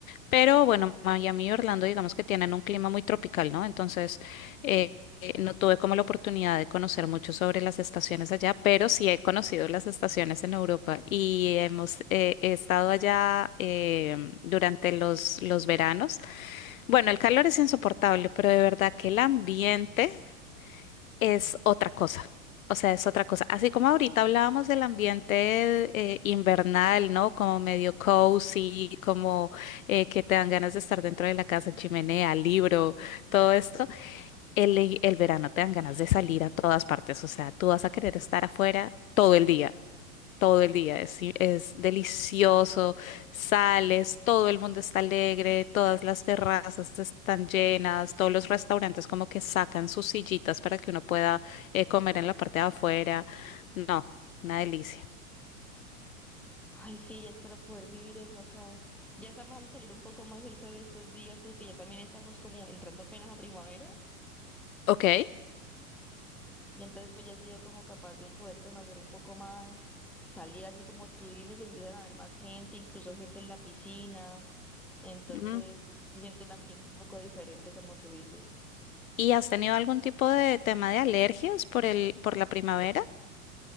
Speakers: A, on the left (about 65°); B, in the centre.
A: pero bueno, Miami y Orlando digamos que tienen un clima muy tropical, ¿no? Entonces,
B: Sí.
A: eh, eh, no tuve como la oportunidad de conocer mucho sobre las estaciones allá, pero sí he conocido las estaciones en Europa y hemos eh, he estado allá em, durante los, los veranos. Bueno, el calor es insoportable, pero de verdad que el ambiente es otra cosa. O sea, es otra cosa. Así como ahorita hablábamos del ambiente eh, invernal, ¿no? Como medio cozy, como eh, que te dan ganas de estar dentro de la casa, chimenea, libro, todo esto. El, el verano te dan ganas de salir a todas partes. O sea, tú vas a querer estar afuera todo el día todo el día. Es, i- es delicioso, sales, todo el mundo está alegre, todas las terrazas están llenas, todos los restaurantes como que sacan sus sillitas para que uno pueda eh, comer en la parte de afuera. No, una delicia.
B: Ay, sí, ya espero poder vivir eso acá. Ya está empezando a salir un poco más el sol estos días porque ya también estamos como entrando apenas a primavera
A: Ok.
B: y entonces pues ya he sido como capaz de poder conocer un poco más, salir así como tú dices, empiezan a haber más gente, incluso gente en la piscina, entonces
A: Mm.
B: se siente un ambiente un poco diferente como tú dices.
A: ¿Y has tenido algún tipo de tema de alergias por el, por la primavera?